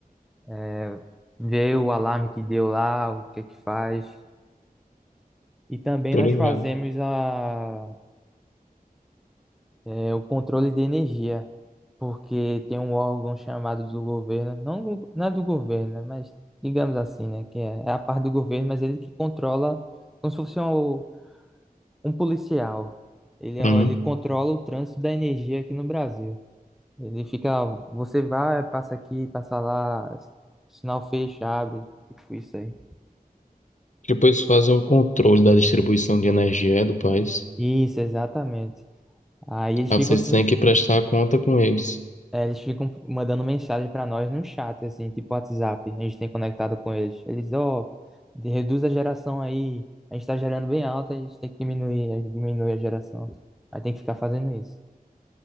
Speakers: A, in the centre; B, on the left (about 50°).
A: é, ver o alarme que deu lá, o que é que faz. E também
B: Tô
A: nós
B: ligado.
A: fazemos a, é, o controle de energia. porque tem um órgão chamado do governo, não, do- não é do governo, né, mas digamos assim, né, que é, é a parte do governo, mas ele que controla, como se fosse um, um policial. Ele, é
B: Uhum.
A: o- ele controla o trânsito da energia aqui no Brasil. Ele fica, ó, você vai, passa aqui, passa lá, sinal fecha, abre, tipo isso aí.
B: Depois fazem um controle da distribuição de energia é, do país.
A: Isso, exatamente. Aí eles
B: Aí
A: ficam.
B: vocês têm que prestar conta com eles.
A: É, eles ficam mandando mensagem pra nós no chat, assim, tipo WhatsApp. A gente tem conectado com eles. Eles, ó, de- reduz a geração aí. A gente tá gerando bem alto, a gente tem que diminuir, a gente diminui a geração. Aí tem que ficar fazendo isso.